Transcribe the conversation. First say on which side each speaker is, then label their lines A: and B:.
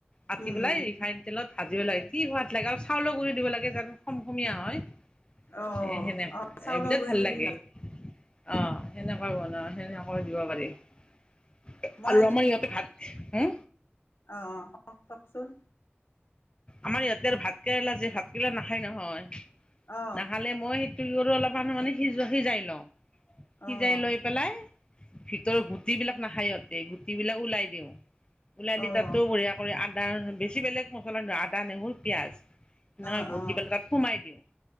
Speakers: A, on the left; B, on the left.
A: কাটি
B: উম,
A: পেলাই ৰিফাইন তেলত ভাজিব লাগে কি সোৱাদ লাগে আৰু চাউলৰ গুৰি দিব লাগে যানো খম খমীয়া হয়
B: অ',
A: এ সেনেুৱা
B: অ', চাউলৰ
A: এই বিৰাত
B: গুৰিটো
A: ভাল লাগে
B: দি
A: অ সেনেকা বনাও সেনেকৈ দিব পাৰি আৰু
B: মই
A: আমাৰ ইয়াতে ভাত হ
B: অঁ অঁ অ কওকচোন
A: আমাৰ ইয়াতে আৰু ভাত কেৰেলা যে ভাত কেৰেলা নাখায় নহয়
B: অ',
A: নাখালে মই কি কৰো অলপ মান মানে সিজো সিজাই লওঁ
B: অ',
A: সিজাই লৈ পেলাই ভিতৰ গুটি বিলাক নাখায় ইিহঁতে গুটি বিলাক ওলাই দিওঁ ওলাই দি
B: অ',
A: তাতো
B: অ',
A: বঢ়িয়া কৰি আদা বেছি বেলেগ মছলা নয় আদা নেহৰু পিয়াজ সেনকাই
B: অ',
A: ভটি পেলাই তাক সোমাই দিওঁ